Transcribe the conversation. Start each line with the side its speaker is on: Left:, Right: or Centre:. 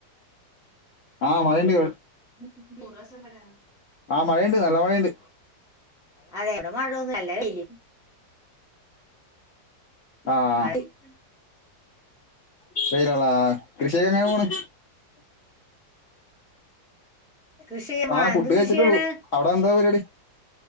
Left: ആഹ് മഴണ്ട്
Centre: <unintelligible>
Left: ആഹ് മഴണ്ട് നല്ല മഴണ്ട്
Centre: അതെ ഇവിടെ മഴൊന്നും ഇല്ല നല്ല വെയില് <unintelligible>
Left: ആ ആ, <unintelligible> കൃഷിയൊക്കെ അങ്ങനെ പോണ്
Centre: കൃഷി ചെയ്യാൻ പോണ
Left: ആഹ് ഫുഡ്
Centre: എന്ത്
Left: കഴിച്ചിട്ടുള്ളു
Centre: കൃഷിയാണ്
Left: അവിടെ എന്താ പരിപടി